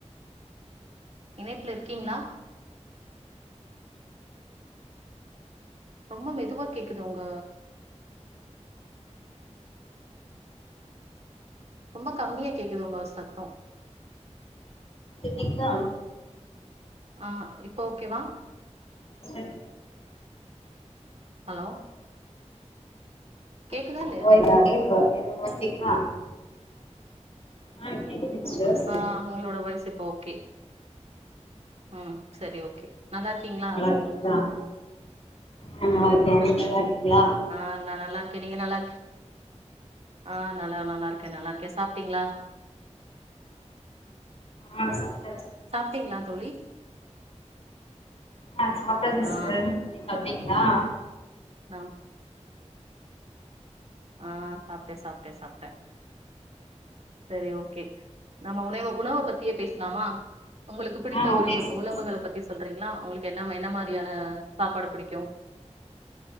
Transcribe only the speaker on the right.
இணைப்புல இருக்கீங்களா ரொம்ப மெதுவா கேக்குது உங்க ரொம்ப கம்மியா கேக்குது உங்க சத்தோ
ஆ இப்போ ஓகேவா
ஹலோ
கேக்குதா இல்லையா
ஆ உங்களோட வாய்ஸ் இப்போ கே ஆ சரி ஓகே நல்லா இருக்கீங்களா
ஆ நா நல்லா கே நீங்க நல்லா ஆ நல்லா நல்லா இருக்கே நல்லாருக்கே சாப்ட்டீங்ளா
சாப்ட்டீங்ளா தோழி
ஆ
நம் ஆ சாப்ட்டே சாப்ட்டே சாப்ட்ட செரி ஓகே நம்ம உணவு உணவு பத்தியே பேசலாமா உங்களுக்கு பிடித்த
உறவு
உணவுகள பத்தி சொல்றீங்ளா உங்களுக்கு என்ன ம என்ன மா ஆ சாப்பாடு புடிக்கு